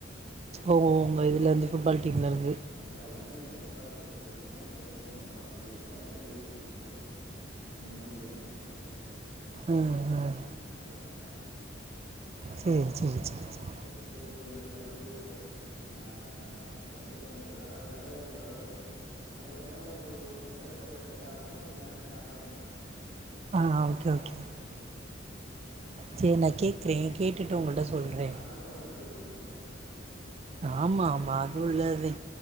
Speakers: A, on the right; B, on the left.
A: ஓ உங்க இதுல இருந்து புட்பால் டீம்ல இருந்து
B: புட் பால்ல புட்பால் பேசி சொல்லிடுமா எங்க செலக்ஷன் வப்பாங்க வெளூர்ல எங்க வெளியூர் கூட்டி போவோம் அங்க இருந்து இது பண்ணுவாங்க
A: ம், ம்.
B: ஆஹ் நிறைய அந்த மாதிரி இருக்கு
A: சரி சரி சரி
B: ஆஹ்
A: சரி
B: உங்களுக்கு வந்து இது வந்து படிப்பு பிளஸ் ஆஹ் ஓகேதான் இங்க விளாட வச்சாலே ஓரளவுக்கு அதுக்கப்புறம் ஒரு குட்டு அளவு படிப்புட்டு எல்ல ஆம் போது நீங்க வேணா ஸ்டாப் பண்ணிக்கலாம்
A: ஆ ஓகே ஓகே
B: ஆ
A: சரினக்கி கேட்டுட்டு
B: இது உடல்
A: உங்ககிட்ட சொல்றேன்
B: நார்மலா உடல் பயிற்சி மாரி தான
A: ஆமா ஆமா அது உள்ளது